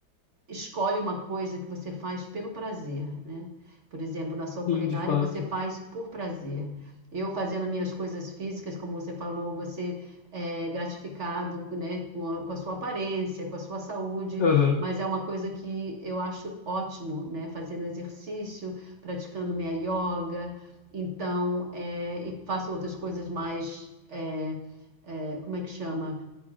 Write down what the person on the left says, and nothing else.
Sim, de fato.
Aham,